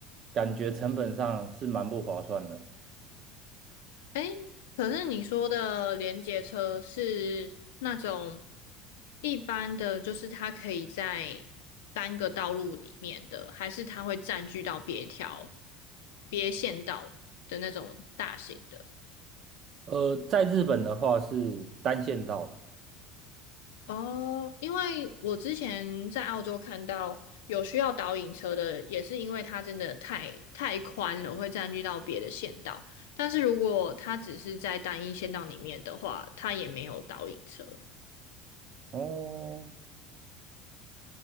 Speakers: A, on the right; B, on the left.
A: 感觉成本上是蛮不划算的。
B: 哎，可是你说的联结车是那种一般的，就是它可以在单个道路里面的，还是它会占据到别条、别线道的那种大型的？
A: 呃，在日本的话是单线道的
B: 哦，因为我之前在澳洲看到有需要导引车的，也是因为它真的太太宽了，会占据到别的线道。但是如果它只是在单一线道里面的话，它也没有导引车。
A: 哦，